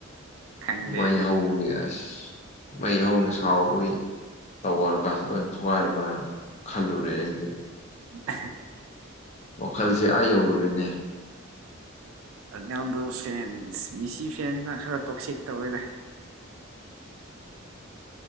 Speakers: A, on the right; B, on the left.
A: ꯈꯪꯗꯦ
B: ꯃꯩ
A: ꯑꯗꯨ
B: ꯍꯧꯕꯒꯤ ꯑꯁ ꯃꯩ ꯍꯧꯅ ꯁꯥꯎꯕꯒꯤ ꯇꯧꯋ ꯀꯥꯟꯁꯤ ꯂꯣꯏ ꯊꯨꯒꯥꯏꯔꯕꯅ ꯈꯜꯂꯨꯔꯦ ꯑꯩꯗꯤ
A: <unintelligible>
B: ꯋꯥꯈꯜꯁꯦ ꯑꯥ ꯌꯧꯔꯨꯔꯦꯅꯦ
A: ꯔꯣꯅꯥꯜꯗꯣ ꯐꯦꯟꯁ ꯃꯤꯁꯤ ꯐꯦꯟꯁꯅ ꯈꯔ ꯇꯣꯛꯁꯤꯛ ꯇꯧꯑꯦꯗ